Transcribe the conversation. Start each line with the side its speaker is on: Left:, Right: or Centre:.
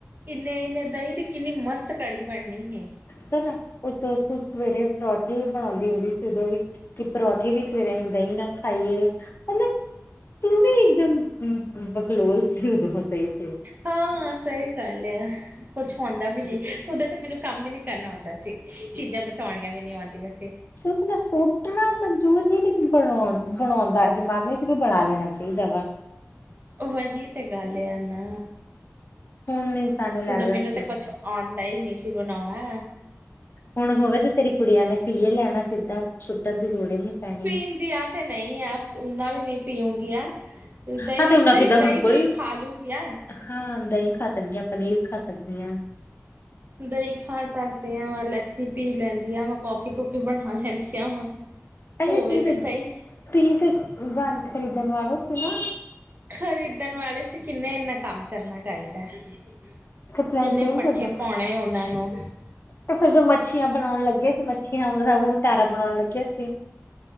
Right: ਇੰਨੇ- ਇੰਨੇ ਦਹੀਂ ਦੀ ਕਿੰਨੀ ਮਸਤ ਕੜੀ ਬਣਨੀ ਸੀ।
Left: ਸੁ ਨਾ ਉਥੋਂ ਤੂੰ ਸਵੇਰੇ ਪਰੌਠੇ ਬਣਾਉਂਦੀ ਹੁੰਦੀ ਸੀ। ਜਦੋਂ ਵੀ ਕਿ ਪਰੌਠੀ ਵੀ ਸਵੇਰੇ ਅਸੀਂ ਦਹੀਂ ਨਾ ਖਾਈਏ, ਮਤਲਬ। ਤੂੰ ਵੀ ਇੱਕਦਮ ਬਕਲੋਲ ਸੀ ਉਦ ਹੋ ਸਹੀ ਤੇ
Right: ਹਾਂ ਸਹੀ ਗੱਲ ਹੈ ਕੁਛ ਹਉਂਦਾ ਵੀ ਨਹੀ, ਉਦੋਂ ਤਾਂ ਮੈਨੂੰ ਕੰਮ ਵੀ ਨੀ ਕਰਨਾ ਆਉਂਦਾ ਸੀ ਚੀਜ਼ਾਂ ਬਚਾਉਣੀਆਂ ਵੀ ਨੀ ਆਉਂਦੀਆਂ ਸੀ
Left: ਸੋਚਣਾ ਸੁਟਣਾ ਮਨਜੂਰ ਹੀ ਲੇਕਿਨ ਬਣਾਉਣ ਬਣਾਉਣ ਦਾ, ਦਿਮਾਗ ਨਹੀਂ ਸੀ ਕਿ ਬਣਾ ਲੈਣਾ ਚਾਹੀਦਾ ਵਾ
Right: ਵਹੀ ਤੇ ਗੱਲ ਆ ਨਾ,
Left: ਹੁਣ ਸਾਨੂੰ ਲੱਗਦਾ
Right: ਉਦੋਂ ਮੈਨੂੰ
Left: ਕਿ
Right: ਤੇ ਕੁਛ ਆਉਂਦਾ ਹੀ ਨਹੀ ਸੀ ਬਣਾਉਣਾ
Left: ਹੁਣ ਹੋਵੇ ਤੇ ਤੇਰੀ ਕੁੜੀਆਂ ਨੇ ਪੀਏ ਲੈਣਾ ਸਿੱਧਾ ਸੁੱਟਣ ਦੀ ਲੋੜ ਈ ਨੀ ਪੈਣੀ
Right: ਪੀਂਦੀਆਂ ਤੇ ਨਹੀਂ ਆ, ਉਹਨਾ ਵੀ ਨਹੀਂ ਪੀਊਂਗੀ ਐ ਦਹੀਂ
Left: ਹਾਂ ਤੇ ਉਹਨਾਂ
Right: ਲੇਕ
Left: ਕਿੱਦਾਂ
Right: ਦਹੀਂ
Left: ਹੁਣ
Right: ਦੂੰਹੀਂ
Left: ਕੋਈ
Right: ਖਾ ਲੂੰਗੀ ਆ
Left: ਹਾਂ ਦਹੀਂ ਖਾ ਸਕਦੀ ਹਾਂ ਪਨੀਰ ਖਾ ਸਕਦੀ ਹਾਂ
Right: ਦਹੀਂ ਖਾ ਸਕਦੇ ਹਾਂ ਮੈਂ ਲੱਸੀ ਪੀ ਲੈਂਦੀ ਆਂ ਮੈਂ ਕੌਫੀ ਕਫੀ ਬਣਾ ਲੈਂਦੀ ਕਿਯਾ ਹੁਣ
Left: ਅਰੇ
Right: ਹੋਵੇ
Left: ਤੁਸੀਂ
Right: ਤੇ ਸਹੀ
Left: ਤੁਸੀਂ ਤੇ ਗੱਲ ਖਰੀਦਣ ਵਾਲਾ ਸੁਣਾ
Right: ਖ਼ਰੀਦਣ ਵਾਲੇ ਸੀ ਕਿੰਨੇ ਇੰਨਾ ਕੰਮ ਕਰਨਾ ਚਾਹੀਦਾ ਕਿੰਨੇ
Left: ਤੇ ਪਲੈਨ ਚੇਂਜ
Right: ਪੱਠੇ
Left: ਹੋ ਗਿਆ
Right: ਪਾਉਣੇ ਉਹਨਾਂ ਨੂੰ
Left: ਤੇ ਫਿਰ ਜੋ ਮੱਛੀਆਂ ਬਣਾਉਣ ਲੱਗੀਆਂ ਸੀ ਮੱਛੀਆਂ ਦਾ ਉਹ ਵਟਾਰਾ ਬਣਾਉਣ ਲੱਗਿਆ ਸੀ